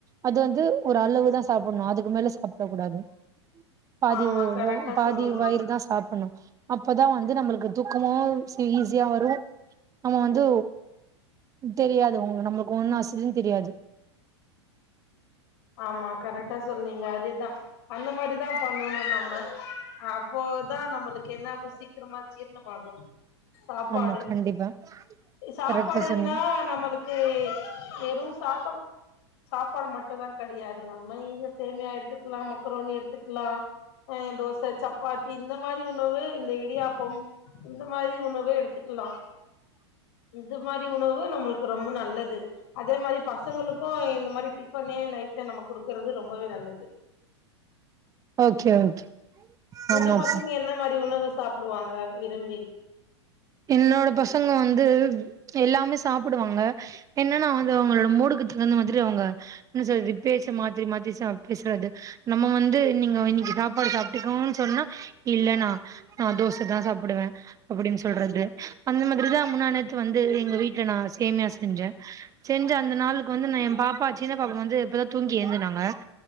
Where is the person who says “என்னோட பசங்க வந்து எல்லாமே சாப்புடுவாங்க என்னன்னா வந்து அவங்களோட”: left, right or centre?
Right